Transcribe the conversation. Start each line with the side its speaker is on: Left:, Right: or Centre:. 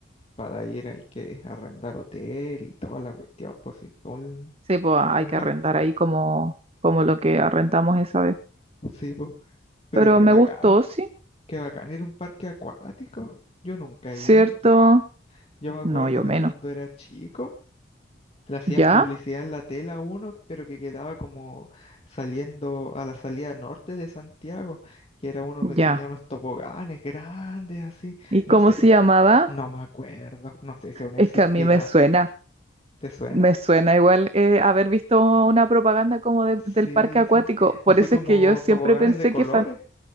Left: para ir hay que arrendar hotel y toda la cuestión, pues sí, todo un,
Right: Sí, pues hay
Left: un
Right: que
Left: gasto.
Right: arrendar ahí como, como lo que arrendamos esa vez.
Left: <laughs> Sí, pues, pero
Right: Pero
Left: qué
Right: me
Left: bacán,
Right: gustó, sí,
Left: qué bacán ir a un parque acuático. Yo nunca
Right: ¿cierto?
Left: he ido. Yo me acuerdo
Right: No, yo menos.
Left: que cuando era chico Le hacían
Right: ¿Ya?
Left: publicidad en la tela a uno, pero que quedaba como saliendo a la salida norte de Santiago, que era uno que
Right: Ya.
Left: tenía unos toboganes grandes así.
Right: ¿Y
Left: No
Right: cómo
Left: sé,
Right: se
Left: ese-
Right: llamaba?
Left: no me acuerdo, no sé si aún existirá.
Right: Es que a mí me suena,
Left: ¿Te suena?
Right: me suena igual eh, haber visto una propaganda como de-
Left: Sí,
Right: del parque acuático.
Left: sí.
Right: Por
Left: Así
Right: eso
Left: como
Right: es que yo siempre
Left: toboganes
Right: pensé
Left: de colores.
Right: que... fan-